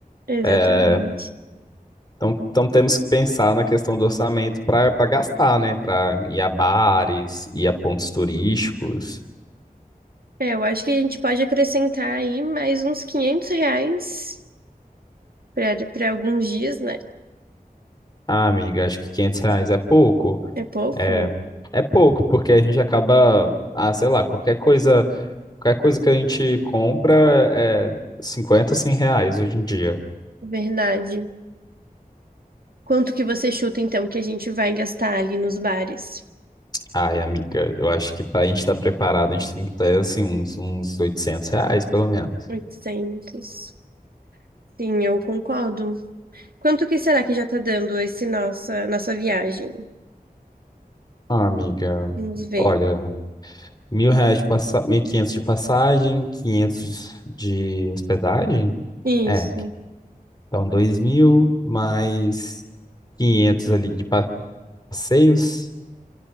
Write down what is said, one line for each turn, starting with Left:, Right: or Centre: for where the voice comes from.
Right: Exatamente.
Left: É, então, então temos que pensar na questão do orçamento para para gastar, né? Para ir a bares, ir a pontos turísticos.
Right: É, eu acho que a gente pode acrescentar aí mais uns 500 reais para para alguns dias, né?
Left: Ah, amiga, acho que 500 reais é pouco.
Right: É pouco,
Left: É, é pouco, porque a gente acaba, ah, sei lá, qualquer coisa, qualquer coisa que a gente compra é 50, 100 reais hoje em dia.
Right: verdade. Quanto que você chuta então que a gente vai gastar ali nos bares?
Left: Ai, amiga, eu acho que para a gente estar preparado, a gente tem que ter, assim, uns, uns oitocentos reais, pelo menos.
Right: oitocentos Sim, eu concordo. Quanto que será que já tá dando esse nossa nossa viagem?
Left: Ah, amiga,
Right: Vamos ver.
Left: olha, mil reais de passagem, 1.500 de passagem, 500 de hospedagem?
Right: Isso.
Left: É, então dois mil mais 500 ali de passeios,